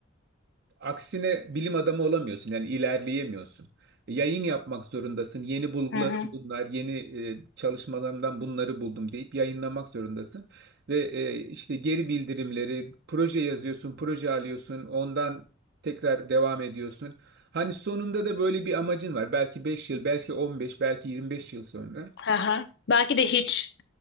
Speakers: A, on the right; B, on the left.
A: Aksine bilim adamı olamıyorsun yani ilerleyemiyorsun. E, Yayın yapmak zorundasın. Yeni bulgularım
B: hı hı.
A: bunlar, yeni e, çalışmalarımdan bunları buldum deyip yayınlamak zorundasın. Ve e, işte geri bildirimleri, proje yazıyorsun, proje alıyorsun, ondan tekrar devam ediyorsun. Hani sonunda da böyle bir amacın var. Belki 5 yıl, belki on beş belki 25 yıl sonra.
B: Aha. Belki de hiç.